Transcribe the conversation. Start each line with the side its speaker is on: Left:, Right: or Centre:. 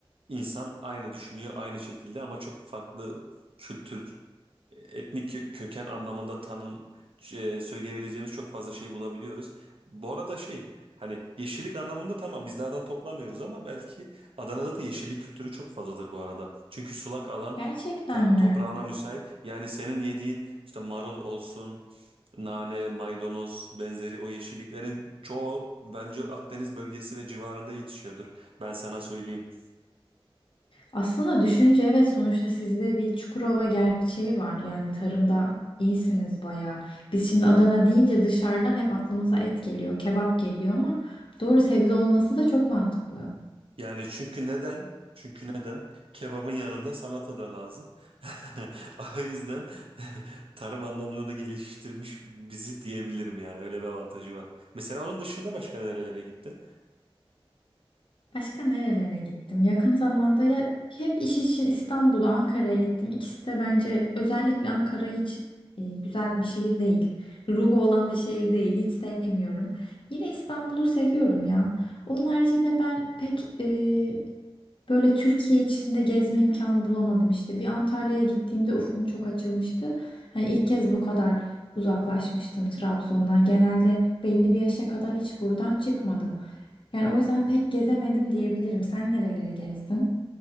Right: insan aynı düşünüyor, aynı şekilde ama çok farklı kültür etnik kö- köken anlamında tanım e, söyleyebileceğimiz çok fazla şey bulabiliyoruz. Bu arada şey hani yeşillik anlamında tamam biz dağdan toplamıyoruz ama belki Adana'da da yeşillik kültürü çok fazladır bu arada. Çünkü sulak alan
Left: Gerçekten
Right: top,
Left: mi?
Right: toprağı ona müsait. Yani senin yediğin işte marul olsun, nane, maydanoz benzeri o yeşilliklerin çoğu bence Akdeniz bölgesi ve civarında yetişiyordur. Ben sana söyleyeyim.
Left: Aslında düşünce evet sonuçta sizde bir Çukurova gerçeği var. Yani tarımda iyisiniz bayağı. Biz şimdi Adana deyince dışarıdan hep aklımıza et geliyor, kebap geliyor ama doğru sebze olması da çok mantıklı.
Right: Yani çünkü neden? Çünkü neden? Kebabın yanında salata da lazım. <laughs> O yüzden <laughs> tarım anlamında da geliştirmiş bizi diyebilirim yani. Öyle bir avantajı var. Mesela onun dışında başka nerelere gittin?
Left: Başka nerelere gittim? Yakın zamanda ya hep iş için İstanbul'a, Ankara'ya gittim. İkisi de bence özellikle Ankara hiç e, güzel bir şehir değil. Ruhu olan bir şehir değil. Hiç sevmiyorum. Yine İstanbul'u seviyorum ya. Onun haricinde ben pek e, Böyle Türkiye içinde gezme imkanı bulamadım işte. Bir Antalya'ya gittiğimde ufkum çok açılmıştı. Hani ilk kez bu kadar uzaklaşmıştım Trabzon'dan. Genelde belli bir yaşa kadar hiç buradan çıkmadım. Yani o yüzden pek gezemedim diyebilirim. Sen nereleri gezdin?